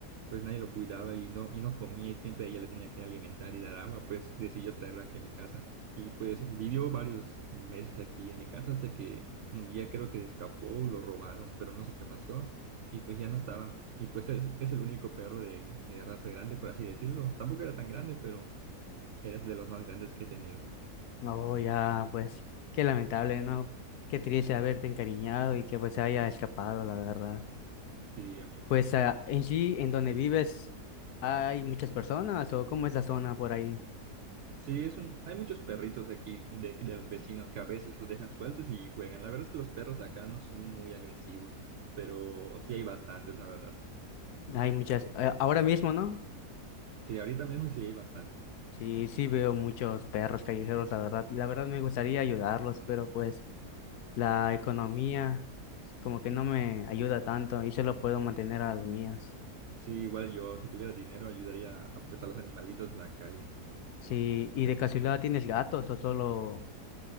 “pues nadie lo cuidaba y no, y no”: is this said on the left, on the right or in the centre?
Right